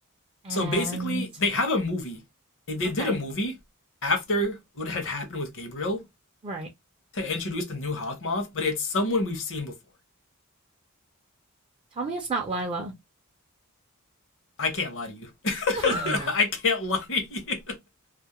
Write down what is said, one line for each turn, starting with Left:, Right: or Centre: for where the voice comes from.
Right: and
Left: So basically, they have a movie. They, they
Right: okay.
Left: did a movie after what had happened with Gabriel
Right: Right.
Left: to introduce the new Hawkmoth, but it's someone we've seen before.
Right: Tell me it's not Lila.
Left: I can't lie to you.
Right: <laughs>
Left: <laughs>
Right: I
Left: I can't lie to you.